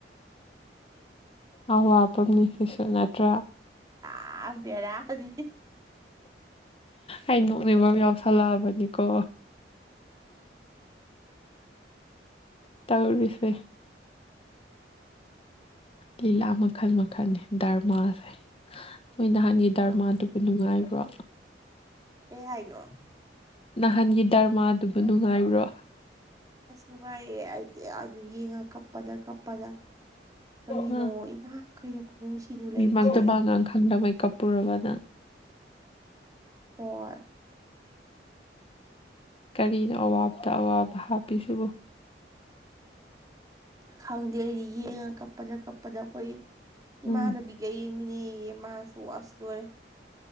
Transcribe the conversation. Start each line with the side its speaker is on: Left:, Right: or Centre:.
Left: ꯑꯋꯥꯕ ꯃꯤꯒꯤꯁꯨ ꯅꯠꯇ꯭ꯔꯥ
Right: ꯑꯕꯦꯔ ꯍꯧꯖꯤ
Left: ꯑꯩ ꯅꯣꯛꯅꯤꯐꯝꯝ ꯌꯥꯎꯁꯜꯂꯛꯑꯕꯅꯤꯀꯣ ꯇꯎꯕꯤꯁꯦ ꯂꯤꯂꯥ ꯃꯈꯜ ꯃꯈꯜꯅꯤ ꯙꯔꯃꯥꯁꯦ ꯃꯣꯏ ꯅꯍꯥꯟꯒꯤ ꯗꯔꯃꯥꯗꯨꯕꯨ
Right: ꯑꯥ
Left: ꯅꯨꯡꯉꯥꯏꯕ꯭ꯔꯣ
Right: ꯑꯦ ꯍꯥꯏꯅ
Left: ꯅꯍꯥꯟꯒꯤ ꯗꯔꯃꯥꯗꯨꯕꯨ ꯅꯨꯡꯉꯥꯏꯕ꯭ꯔꯣ
Right: ꯑꯁ ꯅꯨꯡꯉꯥꯏꯌꯦ ꯑꯩꯗꯤ ꯑꯗꯨ ꯌꯦꯡꯉ ꯀꯞꯄꯗ ꯀꯞꯄꯗ ꯀꯔꯤꯅꯣ
Left: ꯑ
Right: ꯏꯃꯥ ꯀꯩꯅꯣ ꯈꯨꯅꯨꯡꯁꯤꯗꯨ ꯂꯩꯇ꯭ꯔꯦ
Left: ꯃꯤꯃꯥꯡ ꯇꯨꯃꯥꯡꯒꯥꯡ ꯈꯪꯗꯕꯩ ꯀꯞꯄꯨꯔꯕ ꯅꯪ
Right: ꯍ
Left: ꯀꯔꯤꯅꯣ ꯑꯋꯥꯕꯇ ꯑꯋꯥꯕ ꯍꯥꯞꯄꯤꯁꯤꯕꯨ
Right: ꯈꯪꯗꯦ ꯑꯩꯗꯤ ꯌꯦꯡꯉ ꯀꯞꯄꯗ ꯀꯞꯄꯗ ꯑꯩꯈꯣꯏ ꯏꯃꯥꯟꯅꯕꯤꯒ
Left: ꯎꯝ
Right: ꯌꯦꯡꯃꯤꯅꯦꯌꯦꯃꯁꯨ ꯑꯁ ꯂꯣꯏꯔꯦ